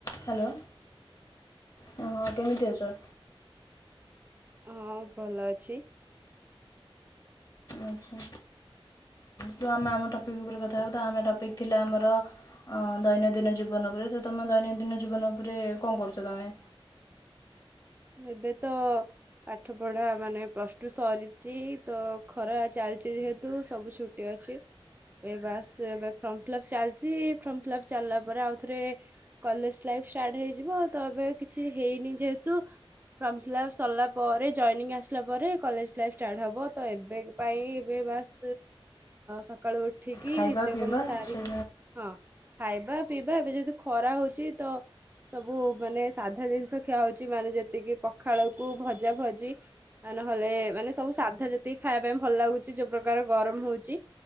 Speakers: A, on the left; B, on the right.
A: Hello ହଁ କେମିତି ଅଛ?
B: ହଁ ଭଲ ଅଛି।
A: ଆଚ୍ଛା ତ ଆମେ ଆମ ଟପିକ ଉପରେ କଥା ହବା ତ, ଆମ ଟପିକ୍ ଥିଲା ଆମର ଅଁ ଦୈନନ୍ଦିନ ଜୀବନ ଉପରେ, ତ ତମେ ଦୈନନ୍ଦିନ ଜୀବନ ଉପରେ କଣ କରୁଛ ତମେ?
B: ଏବେ ତ ପାଠ ପଢା ମାନେ ପ୍ଲସ ଟୁ ସରିଛି, ତ ଖରା ଚାଲିଛି ଯେହେତୁ ସବୁ ଛୁଟି ଅଛି, ଏ ବାସ ଏବେ ଫର୍ମ ଫିଲପ୍ ଚାଲିଛି ଫର୍ମ ଫିଲପ୍ ଚାଲିଲା ପରେ ଆଉଥରେ କଲେଜ ଲାଇଫ ଷ୍ଟାର୍ଟ ହେଇଯିବ, ତ ଏବେ କିଛି ହେଇନି ଯେ ହେତୁ ଫର୍ମ ଫିଲପ୍ ସରିଲା ପରେ ଜଏନିଂ ଆସିଲା ପରେ କଲେଜ ଲାଇଫ ଷ୍ଟାର୍ଟ ହବ, ତ ଏବେ ପାଇଁ ଏବେ ବାସ୍ ସକାଳୁ ଉ ଠିକି
A: ଖାଇବା
B: ନିତ୍ୟକର୍ମ
A: ପିଇବା
B: ସାରି,
A: ସେ
B: ହଁ ଖାଇବା ପିଇବା ଏବେ ଯେହେତୁ ଖରା ହଉଛି ତ ସବୁ ମାନେ ସାଧା ଜିନିଷ ଖିଆ ହଉଛି ଉଛି ମାନେ ଯେତିକି ପଖାଳକୁ ଭଜା ଭଜି ଆ ନହେଲେ ମାନେ ସବୁ ସାଧା ଯେତେ ଖାଇବା ପାଇଁ ଭଲ ଲାଗୁଛି ଯୋଉ ପ୍ରକାର ଗରମ ହଉଛି